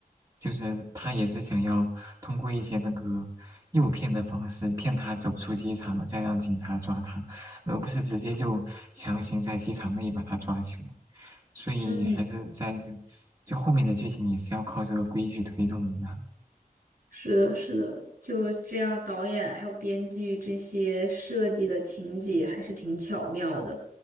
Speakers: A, on the right (about 25°); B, on the right (about 65°).
A: 就是他也是想要通过一些那个诱骗的方式骗他走出机场，再让警察抓他，而不是直接就强行在机场内把他抓起来。所以还是在这，
B: 嗯。
A: 就后面的剧情也是要靠这个规矩推动的。
B: 是的，是的，就这样，导演还有编剧这些设计的情节还是挺巧妙的。